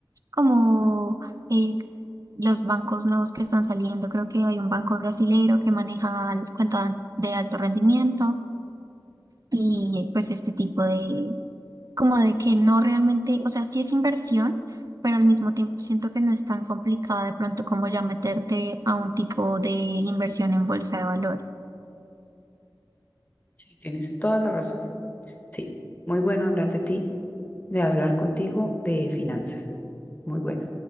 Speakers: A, on the right; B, on the left.
A: como eh, los bancos nuevos que están saliendo. Creo que hay un banco brasilero que maneja las cuentas de alto rendimiento y pues este tipo de como de que no realmente, o sea, sí es inversión, pero al mismo tiempo siento que no es tan complicada de pronto como ya meterte a un tipo de inversión en bolsa de valores.
B: sí, tienes toda la razón. Sí, muy bueno hablar de ti, de hablar contigo de finanzas. Muy bueno.